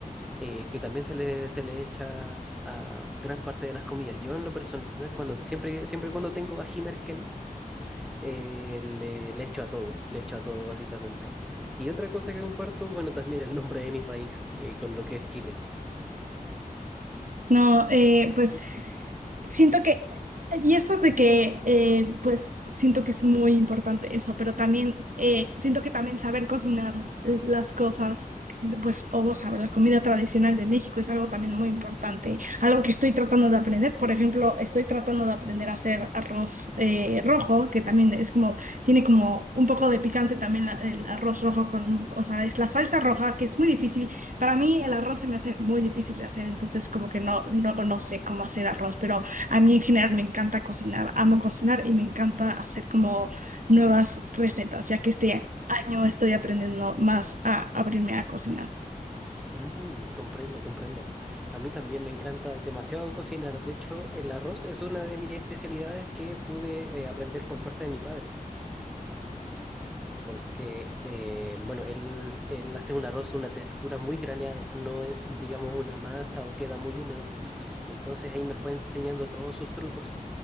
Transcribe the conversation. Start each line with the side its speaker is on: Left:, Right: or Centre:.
Centre: eh, que también se le, se le echa a gran parte de las comidas. Yo en lo personal, cuando, siempre, siempre cuando tengo ají Himerken, eh, le, le echo a todo, le echo a todo básicamente. Y otra cosa que comparto, bueno, también el nombre de mi país eh, con lo que es Chile.
Right: No, eh, pues siento que, y esto de que, eh, pues siento que es muy importante eso, pero también eh, siento que también saber cocinar las cosas, pues, o saber la comida tradicional de México es algo también muy importante, algo que estoy tratando de aprender. Por ejemplo, estoy tratando de aprender a hacer arroz eh, rojo, que también es como, tiene como un poco de picante también la- el arroz rojo con, o sea, es la salsa roja, que es muy difícil. Para mí el arroz se me hace muy difícil de hacer, entonces como que no, no, no sé cómo hacer arroz, pero a mí en general me encanta cocinar, amo cocinar y me encanta hacer como nuevas recetas, ya que este año estoy aprendiendo más a abrirme a cocinar.
Centre: Mm, comprendo, comprendo. A mí también me encanta demasiado cocinar. De hecho, el arroz es una de mis especialidades que pude eh, aprender por parte de mi padre. porque, eh, bueno, él, él hace un arroz, una textura muy graneada, no es, digamos, una masa o queda muy húmedo. Entonces ahí me fue enseñando todos sus trucos.